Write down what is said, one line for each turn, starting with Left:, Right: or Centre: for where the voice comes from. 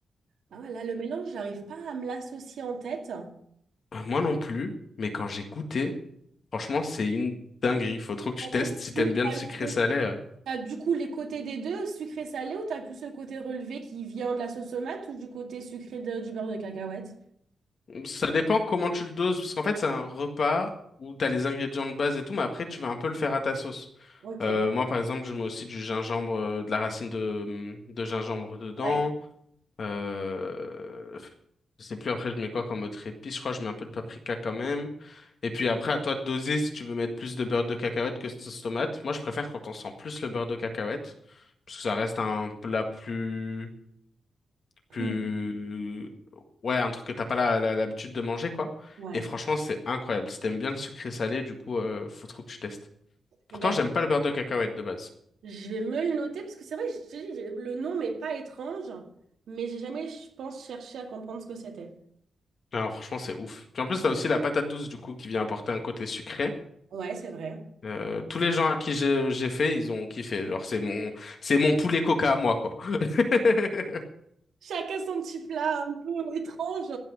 Right: Ah ouais, là, le mélange, j'arrive pas à me l'associer en tête.
Left: Euh, moi non plus, mais quand j'ai goûté, franchement, c'est une dinguerie. Faut trop que
Right: Alors,
Left: tu testes
Right: du
Left: si t'aimes
Right: coup,
Left: bien
Right: t'as
Left: le sucré
Right: le cô-
Left: salé. euh.
Right: t'as du coup les côtés des deux, sucré-salé, ou t'as plus le côté relevé qui vient de la sauce tomate ou du côté sucré de- du beurre de cacahuète?
Left: Ça dépend comment tu le doses, parce qu'en fait, c'est un repas où t'as les ingrédients de base et tout, mais après, tu vas un peu le faire à ta sauce.
Right: Ok.
Left: Euh, moi, par exemple, je mets aussi du gingembre, euh, de la racine de, de gingembre dedans.
Right: Ouais.
Left: Euh... Je sais plus après je mets quoi comme autre épice. Je crois que je mets un peu de paprika quand même. Et puis après à toi de doser si tu veux mettre plus de beurre de cacahuète que de sauce tomate. Moi je préfère quand on sent plus le beurre de cacahuète parce que ça reste un plat plus
Right: Plus-
Left: plus ouais un truc que t'as pas la- la- l'habitude de manger quoi.
Right: Ouais.
Left: Et franchement c'est incroyable. Si t'aimes bien le sucré salé du coup euh, faut trop que tu testes. Pourtant
Right: Eh ben,
Left: j'aime pas le beurre de cacahuète de base.
Right: je vais me le noter parce que c'est vrai que je te dis, j'ai- le nom m'est pas étrange, mais j'ai jamais, je pense, cherché à comprendre ce que c'était.
Left: Alors franchement c'est ouf. Puis en plus t'as aussi la patate douce du coup qui vient apporter un côté sucré.
Right: Ouais, c'est vrai.
Left: Euh, tous les gens à qui j'ai j'ai fait, ils ont kiffé. Genre, c'est mon, c'est mon poulet coca à moi, quoi. <laughs>
Right: Chacun son petit plat un peu étrange,